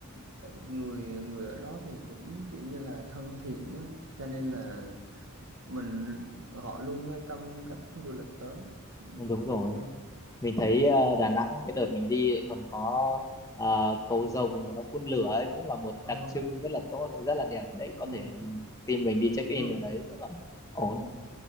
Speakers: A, on the right; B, on the left.
A: tại người người ở đó thì cũng kiểu như là thân thiện á cho nên là mình họ luôn welcome các khách du lịch tới
B: Ừ, Đúng rồi.
A: ừ,
B: mình thấy ờ, Đà Nẵng cái đợt mình đi ấy còn có ờ, cầu rồng mà nó phun lửa ấy cũng là một
A: Ờ,
B: đặc trưng rất là tốt rất là đẹp đấy
A: ừ.
B: có thể
A: Đúng
B: team mình đi check in
A: rồi.
B: ở đấy rất là ổn
A: Ừ,